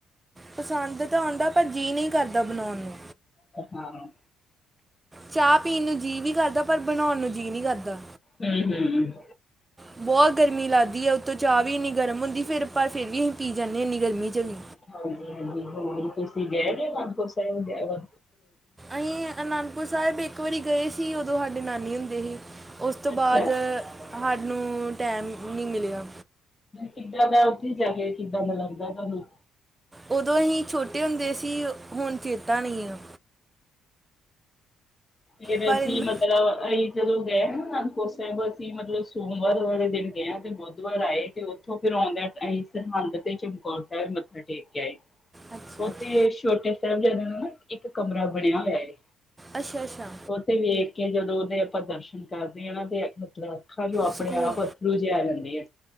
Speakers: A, on the right; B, on the left.
A: ਪਸੰਦ ਤਾਂ ਆਉਂਦਾ ਹੈ ਪਰ ਜੀਅ ਨੀ ਕਰਦਾ ਬਣਾਉਣ ਨੂੰ।
B: ਹਮ।
A: ਚਾਹ ਪੀਣ ਨੂੰ ਜੀਅ ਵੀ ਕਰਦਾ ਪਰ ਬਣਾਉਣ ਨੂੰ ਜੀਅ ਨੀ ਕਰਦਾ।
B: ਹਮ ਹਮ।
A: ਬਹੁਤ ਗਰਮੀ ਲੱਗਦੀ ਹੈ ਉੱਤੋਂ ਚਾਹ ਵੀ ਇੰਨੀ ਗਰਮ ਹੁੰਦੀ ਹੈ ਫੇਰ ਆਪਾ ਫੇਰ ਵੀ ਅਸੀਂ ਪੀ ਜਾਂਦੇ ਗਰਮੀ ਚ ਵੀ।
B: <unintelligible> ਹ ਉਹ ਤੁਸ਼ੀ ਗਏ ਆਂ ਅਨਦਪੁਰ ਸਾਹਿਬ ਵਗੈਰਾ
A: ਅਸੀਂ ਅਨੰਦਪੁਰ ਸਾਹਿਬ ਇੱਕ ਵਾਰੀ ਗਏ ਸੀ ਉਦੋਂ ਸਾਡੇ ਨਾਨੀ ਹੁੰਦੇ ਸੀ। ਉਸ ਤੋਂ
B: ਅੱਛਾ
A: ਬਾਅਦ ਸਾਨੂੰ ਟਾਈਮ ਨਹੀਂ ਮਿਲਿਆ।
B: ਕਿੱਦਾਂ ਦੇ ਉਥੇ ਹੀ ਜਾ ਕੇ ਕਿੱਦਾਂ ਦਾ ਲੱਗਦਾ ਤੁਹਾਨੂੰ
A: ਉਦੋਂ ਹੀ ਛੋਟੇ ਹੁੰਦੇ ਸੀ ਹੁਣ ਚੇਤਾ ਨਹੀਂ ਆ।
B: ਫਿਰ
A: ਪਰ
B: ਅਸੀਂ
A: ਇੰਨ-
B: ਮਤਲਬ ਹਾਂਹੀ। ਜਦੋਂ ਗਏ ਹੈਨਾ ਅਨੰਦਪੁਰ ਸਾਹਿਬ ਅਸੀਂ ਮਤਲਬ ਸੋਮਵਾਰ ਵਾਲੇ ਦਿਨ ਗਏ ਆਂ ਤੇ ਬੁੱਧਵਾਰ ਆਏ ਤੇ ਉਥੋ ਫਿਰ ਆਉਂਦੇ ਹੋਏ ਅਸੀਂ ਸਰਹੰਦ ਤੇ ਚਮਕੌਰ ਸਾਹਿਬ ਮੱਥਾ ਟੇਕ ਕੇ ਆਏ।
A: ਅੱਛਾ
B: ਉਥੇ
A: ਅੱਛਾ
B: ਛੋਟੇ ਸਾਹਿਬਜ਼ਾਦ ਨੂੰ ਨਾ ਇੱਕ ਕਮਰਾ ਬਣਿਆ ਹੋਇਆ ਹੈ।
A: ਅੱਛਾ- ਅੱਛਾ
B: ਉਥੇ ਵੇਖ ਕੇ ਜਦੋਂ ਉਹਦੇ ਆਪਾਂ ਦਰਸ਼ਨ ਕਰਦੇ ਆ ਨਾ ਤੇ ਮਤਲਬ ਅੱਖਾਂ ਜੋ ਆਪਣੇ
A: ਸਕੂਨ
B: ਆਪ ਬੂਝੇ ਆ ਜਾਂਦੀ ਏ